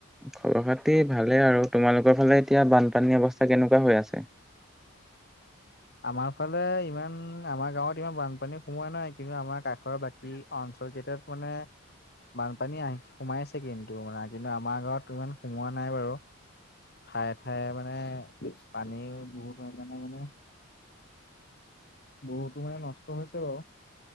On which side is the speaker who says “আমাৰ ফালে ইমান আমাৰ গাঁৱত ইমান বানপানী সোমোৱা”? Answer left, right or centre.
Left